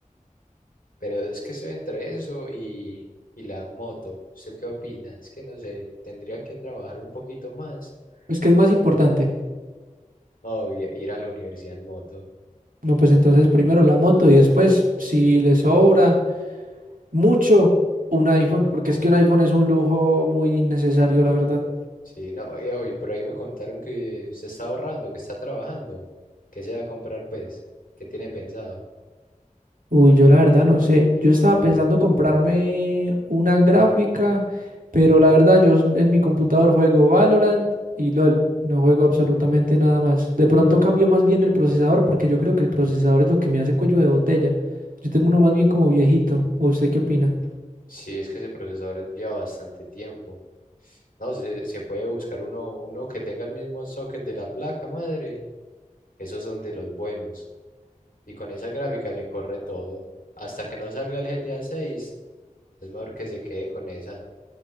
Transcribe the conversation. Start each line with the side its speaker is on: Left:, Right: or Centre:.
Left: Pero es que estoy entre eso y, y la moto. ¿Usted qué opina? Es que no sé, tendría que trabajar un poquito más.
Right: Pues, ¿qué es más
Left: Pero
Right: importante?
Left: no, i- ir a la universidad en moto.
Right: No, pues entonces primero la moto y después, si le sobra mucho, un iPhone, porque es que un iPhone es un lujo muy innecesario, la verdad.
Left: Sí, no, y uy, por ahí me contaron que se está ahorrando, que está trabajando. ¿Qué se va a comprar, pues? ¿Qué tiene pensado?
Right: Uy, yo la verdad no sé. Yo estaba pensando comprarme una gráfica, pero la verdad yo en mi computador juego Valorant y LOL. No juego absolutamente nada más. De pronto cambio más bien el procesador porque yo creo que el procesador es lo que me hace cuello de botella. Yo tengo uno más bien como viejito. ¿O usted qué opina?
Left: Sí, es que ese procesador lleva bastante tiempo. No, se, se puede buscar uno, uno que tenga el mismo socket de la placa madre Esos son de los buenos. Y con esa gráfica le corre todo. Hasta que no salga el GTA 6, es mejor que se quede con esa.